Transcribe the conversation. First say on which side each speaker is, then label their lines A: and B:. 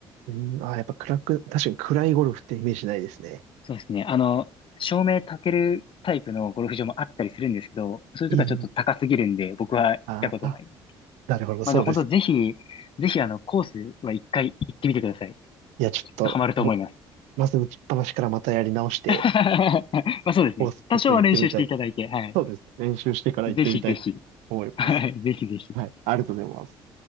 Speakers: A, on the right; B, on the left.
A: うん、ああ、やっぱ暗く、確かに暗いゴルフってイメージないですね。
B: そうですね。あの、照明焚けるタイプのゴルフ場もあったりするんですけど、それとかちょっと高すぎるんで、
A: ええ
B: 僕は行ったことないです。
A: ああ、なるほど、
B: まあでも本当ぜひ、
A: そうです。
B: ぜひあの、コースは一回行ってみてください。
A: いや、ちょっと、
B: きっとハマると思います。
A: ま、まず打ちっぱなしからまたやり直して、
B: <laughs> まあそうですね。
A: コースちょっと行ってみたい。
B: 多少は練習していただいて、はい。
A: そうですね。練習してから行ってみたいと思います。
B: ぜひぜひ。はい。ぜひぜひ。
A: はい。ありがとうございます。